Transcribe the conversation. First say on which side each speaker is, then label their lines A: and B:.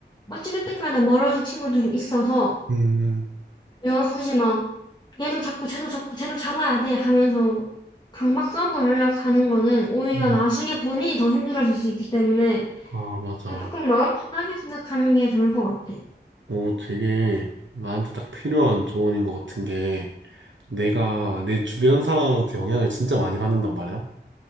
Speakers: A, on the left; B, on the right.
A: 어찌됐든 간에 멀어질 친구들이 있어서
B: 음,
A: 내가 굳이 막 얘도 잡고 쟤도 잡고 쟤도 잡아야 돼 하면서 강박 싸움을 하려고 하는 거는 오히려
B: 음.
A: 나중에 본인이 더 힘들어질 수 있기 때문에
B: 아, 맞아.
A: 그냥 조금 마음 편하게 생각하는 게 좋을 것 같아.
B: 오, 되게 나한테 딱 필요한 조언인 것 같은 게 내가 내 주변 사람한테 영향을 진짜 많이 받는단 말이야.